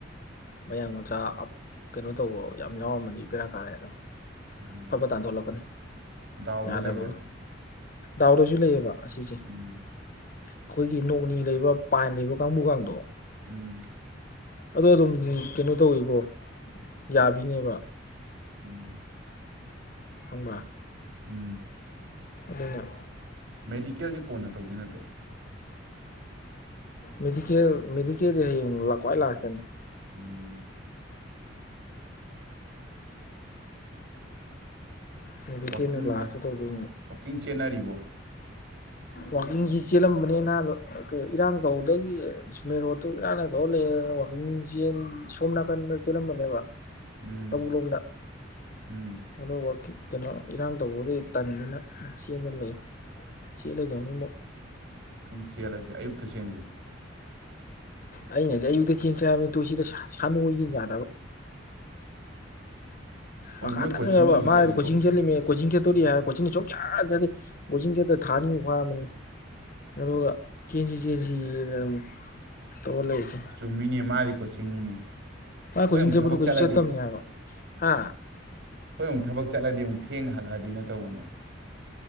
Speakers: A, on the left; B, on the right.
A: ꯃꯌꯥꯡ ꯃꯆꯥ ꯀꯩꯅꯣ ꯇꯧꯕ ꯌꯥꯝ ꯌꯥꯎꯔꯝꯃꯗꯤ ꯄꯦꯔꯥ ꯀꯥꯂꯦ ꯑꯗꯣ
B: ꯎꯝ
A: ꯐꯕ ꯇꯥꯟꯊꯣꯛꯂꯛꯀꯅꯤ
B: ꯗꯥꯎꯗ
A: ꯌꯥꯗꯕ
B: ꯂꯩꯔꯦꯕ ꯑꯗꯨꯗꯤ
A: ꯗꯥꯎꯗꯁꯨ ꯂꯩꯌꯦꯕ ꯑꯁꯤꯁꯦ
B: ꯎꯝ
A: ꯑꯩꯈꯣꯏꯒꯤ ꯅꯣꯛꯅꯤ ꯂꯩꯕ ꯄꯥꯟ ꯂꯩꯕ ꯀꯥꯡꯕꯨ ꯀꯥꯡꯗꯣ
B: ꯎꯝ
A: ꯑꯗꯣ ꯑꯗꯨꯝ ꯀꯩꯅꯣ ꯇꯧꯋꯕꯣ ꯌꯥꯕꯤꯅꯦꯕ
B: ꯎꯝ
A: ꯈꯪꯕꯔꯥ
B: ꯎꯝ
A: ꯑꯗꯨꯟꯅ
B: ꯃꯦꯗꯤꯀꯦꯜꯁꯦ ꯀꯣꯟꯅ ꯇꯧꯗꯣꯏ ꯅꯠꯇ꯭ꯔꯣ
A: ꯃꯦꯗꯤꯀꯦꯜ ꯃꯦꯗꯤꯀꯦꯜꯗꯤ ꯍꯌꯦꯡ ꯂ ꯈ꯭ꯋꯥꯏ ꯂꯥꯁꯇꯅꯤ
B: ꯎꯝ
A: ꯃ‌ꯦꯗꯤꯀ‌ꯦꯜꯅ
B: ꯋꯥꯛꯀꯤꯡ
A: ꯂꯥꯥꯁꯇ ꯇꯧꯗꯣꯏꯅꯦ
B: ꯋꯥꯛꯀꯤꯡ ꯆꯦꯟꯅꯔꯤꯕꯣ
A: ꯋꯥꯛꯀꯤꯡꯁꯤ ꯆꯦꯜꯂꯝꯕꯅꯤ ꯅꯥꯕꯥ ꯏꯔꯥꯡ ꯇꯧꯕꯗꯒꯤ ꯏꯁ ꯃꯦꯟ ꯔꯣꯠꯇꯨ ꯏꯔꯥꯡꯅ ꯇꯧꯔ ꯂꯩ ꯋꯥꯛꯀꯤꯡ ꯆꯦꯟ ꯁꯣꯝ ꯅꯥꯀꯟꯗ ꯆꯦꯜꯂꯝꯕꯅꯦꯕ
B: ꯎꯝ
A: ꯇꯧꯕꯨꯜ ꯂꯣꯝꯗ
B: ꯎꯝ
A: ꯑꯗ‌ꯣ ꯋꯥꯛꯀꯤꯡ ꯀꯩꯅꯣ ꯏꯔꯥꯡ ꯇꯧꯕꯗꯨꯏ ꯇꯟꯗꯅ ꯆꯦꯟꯗꯅ ꯂꯩ ꯆ‌ꯦꯜꯂꯗꯝꯅꯤ ꯃꯨꯛ
B: ꯋꯀꯤꯡ ꯆꯦꯜꯂꯁꯦ ꯑꯌꯨꯛꯇ ꯆꯦꯟꯁꯦ
A: ꯑꯩꯅꯗꯤ ꯑꯌꯨꯛꯇ ꯆꯦꯟ ꯍꯥꯏꯕꯅꯤ ꯇꯨ ꯁꯤꯗ ꯁꯥꯟꯅ‌ꯣꯏꯁꯤꯅ ꯌꯥꯗꯕ
B: ꯍꯣꯏ
A: ꯃꯈꯥ
B: ꯃꯣꯏ ꯀꯣꯆꯤꯡꯕꯨꯗꯤ
A: ꯇꯟꯈ꯭ꯔꯕ
B: ꯆꯠꯂꯤꯀꯣ
A: ꯃꯥꯗꯤ ꯀꯣꯆꯤꯡ ꯆꯠꯂꯤꯃꯦ ꯀꯣꯆꯤꯡ ꯆꯠꯇꯣꯔꯤ ꯍꯥꯏꯔ ꯀꯣꯆꯤꯡꯗꯤ ꯁꯨꯡꯆꯠ ꯆꯠꯇ‌ꯦ ꯀꯣꯆꯤꯡ ꯆꯠꯇ ꯊꯥ ꯅꯤꯃꯨꯛ ꯐꯥꯔꯝꯃꯅꯤ ꯑꯗꯨꯒ ꯆꯦꯟꯁꯤ ꯆꯦꯟꯁꯤꯗ ꯑꯃꯨꯛ ꯇꯧ ꯂꯩꯏꯁꯦ
B: ꯆꯨꯝꯃꯤꯅꯦ ꯃꯥꯗꯤ ꯀꯣꯆꯤꯡꯅꯤꯅꯦ
A: ꯃꯥ ꯀ‌ꯣꯆꯤꯡ
B: ꯑꯩꯈꯣꯏ ꯑꯃꯨꯛ
A: ꯆꯠꯄꯗ‌ꯣ
B: ꯊꯕꯛ
A: ꯀꯩꯁꯨ
B: ꯆꯠꯂꯗꯤ
A: ꯆꯠꯇꯝꯅ‌ꯦ ꯍꯥꯕ ꯍꯥ
B: ꯑꯩꯈꯣꯏ ꯑꯃꯨꯛ ꯊꯕꯛ ꯆꯠꯂꯗꯤ ꯑꯃꯨꯛ ꯊꯦꯡꯅ ꯍꯜꯂꯛꯑꯗꯤꯅ ꯇꯧꯕꯅꯦ